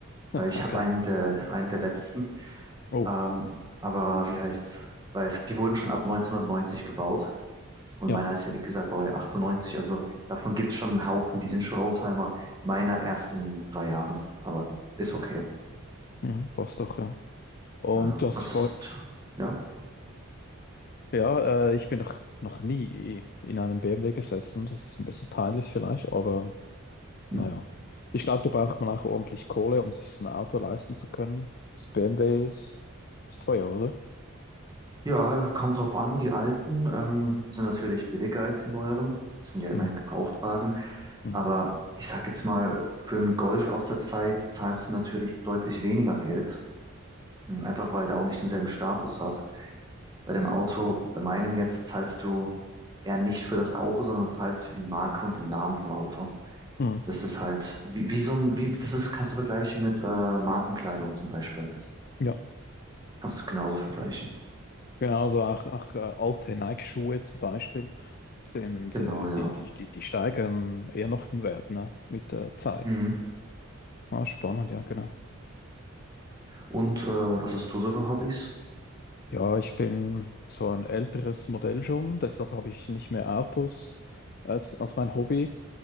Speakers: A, on the right; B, on the left.
A: weil ich
B: Okay.
A: habe einen der, einen der letzten.
B: Oh,
A: Ähm, aber wie heißt's? Weil es, die wurden schon ab 1990 gebaut. Und
B: ja,
A: meiner ist ja, wie gesagt, Baujahr 98. Also davon gibt es schon einen Haufen, die sind schon Oldtimer. Meiner erst in drei Jahren, aber ist okay.
B: mhm, passt doch, ja. Und
A: Ja.
B: du hast
A: Was
B: vor,
A: ist, ja.
B: Ja, äh, ich bin noch, noch nie in einem BMW gesessen. Das ist ein bisschen peinlich vielleicht, aber naja.
A: Hm.
B: Ich glaube, da braucht man auch ordentlich Kohle, um sich so ein Auto leisten zu können. Das BMW ist, ist teuer, oder?
A: Ja, kommt drauf an. Die alten ähm, sind natürlich billiger als die neueren. Das sind ja immerhin
B: Hm,
A: Gebrauchtwagen.
B: hm,
A: Aber ich sag jetzt mal, für einen Golf aus der Zeit zahlst du natürlich deutlich weniger Geld. Hm, Einfach weil der auch nicht denselben Status hat. Bei dem Auto, bei meinem jetzt, zahlst du eher nicht für das Auto, sondern zahlst für die Marke und den Namen vom Auto.
B: hm.
A: Das ist halt, wie, wie so ein, wie, das ist, kannst du vergleichen mit äh, Markenkleidung zum Beispiel.
B: Ja,
A: Kannst du genauso vergleichen.
B: genauso auch, auch äh, alte Nike-Schuhe zum Beispiel sind,
A: Genau,
B: äh,
A: ja.
B: die, die, die, die steigern eher noch den Wert, ne? Mit der Zeit.
A: Mhm.
B: Ah, spannend, ja, genau.
A: Und äh, was hast du so für Hobbys?
B: Ja, ich bin so ein älteres Modell schon, deshalb habe ich nicht mehr Autos als, als mein Hobby.